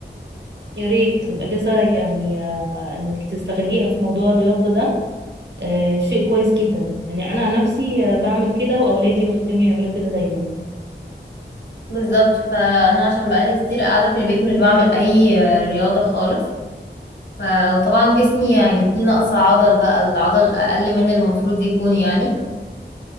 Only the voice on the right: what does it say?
يا ريت الاجازه يعني آه، انك تستغليها في موضوع الرياضه ده آه، شيء كويس جدا يعني انا عن نفسي آه، بعمل كده واولادي بخليهم يعملوا كده دايما
يعني